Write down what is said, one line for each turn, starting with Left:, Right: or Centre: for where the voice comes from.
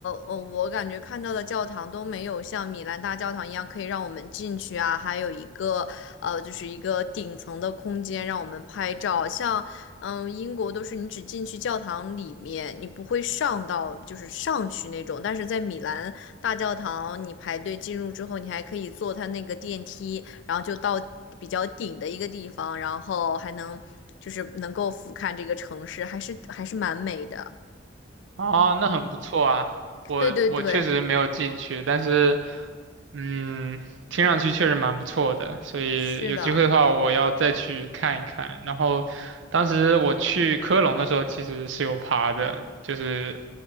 Left: 呃，我感觉看到的教堂都没有像米兰大教堂一样可以让我们进去啊，还有一个，呃，就是一个顶层的空间让我们拍照。像嗯，英国都是你只进去教堂里面，你不会上到就是上去那种。但是在米兰大教堂，你排队进入之后，你还可以坐它那个电梯，然后就到比较顶的一个地方，然后还能就是能够俯瞰这个城市，还是还是蛮美的。
Right: 哦，那很不错啊，我我确实没有进去，
Left: 对对对，
Right: 但是。嗯，听上去确实蛮不错的，所以有机会的话，
Left: 是的。
Right: 我要再去看一看。然后，当时我去科隆的时候，其实是有爬的，就是，